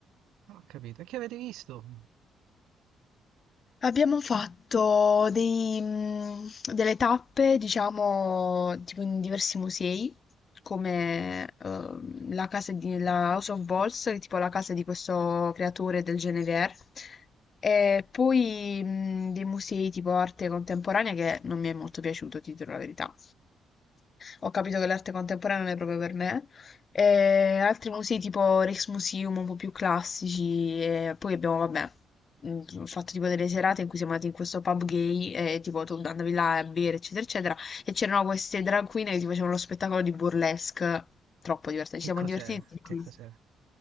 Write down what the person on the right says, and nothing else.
Non ho capito. E che avete visto?
Che
cos'è?
Che cos'è?